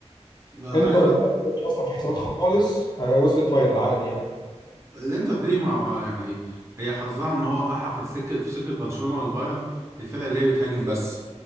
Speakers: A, on the right (about 25°); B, on the left (about 40°).
A: عايز
B: انتر
A: اقول
B: بقى ما كانتش اصلا في حسابات خالص آه، وصلت فاينل عادي يعني
A: الانتر دي ما ما- يعني هي حظها ان هو احى في السكه في سكه برشلونه والبايرن الفرق اللي هي بتهاجم بس